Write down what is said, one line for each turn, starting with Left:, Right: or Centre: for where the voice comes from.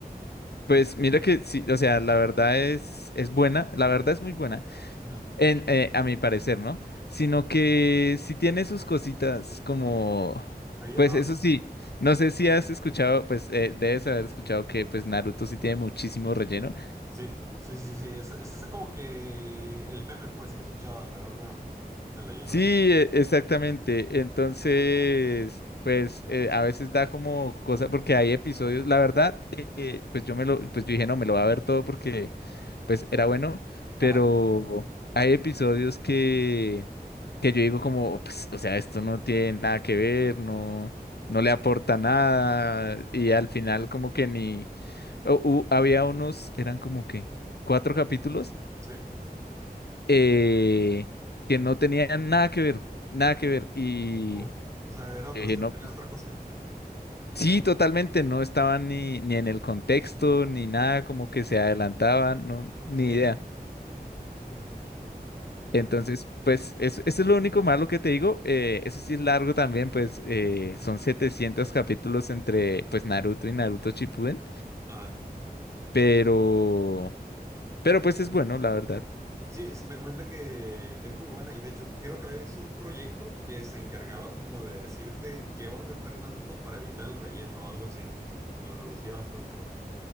Left: Pues mira que sí, o sea, la verdad es, es buena, la verdad es muy buena,
Right: Ujú.
Left: en, eh, a mi parecer, ¿no? Sino
Right: Sí.
Left: que sí tiene sus cositas como,
Right: Ella,
Left: pues
Right: ¿no?
Left: eso sí, no sé si has escuchado, pues eh, debes haber escuchado que pues Naruto sí tiene muchísimo relleno.
Right: Sí, sí, sí, sí. Es, es ese como que el meme, pues, que he escuchado alrededor de Naruto, el relleno.
Left: Sí, e- exactamente. Entonces, pues eh, a veces da como cosa, porque hay episodios, la verdad, eh, pues yo me lo, pues yo dije, no, me lo voy a ver todo porque pues era bueno, pero
Right: Ajá.
Left: hay episodios que, que yo digo como, pues, o sea, esto no tiene nada que ver, no, no le aporta nada, y al final como que ni, o- u- había unos, eran como que cuatro capítulos
Right: Sí.
Left: eh, que no tenían nada que ver, nada que ver. Y
Right: Oh, o sea, era otra,
Left: yo dije, no,
Right: era
Left: pues
Right: otra cosa.
Left: sí, totalmente, no estaban ni, ni en el contexto, ni nada, como que se adelantaban, no,
Right: Ok.
Left: ni idea. Entonces, pues eso, eso es lo único malo que te digo. eh, eso sí es largo también, pues eh, son 700 capítulos entre pues Naruto y Naruto Shippuden,
Right: Ajá.
Left: pero, pero pues es bueno, la verdad.
Right: Sí, es- me comenta que, que es muy buena y de hecho creo que había visto un proyecto que se encargaba como de decirte en qué orden ver Naruto para evitar el relleno o algo así, que lo reducía bastante.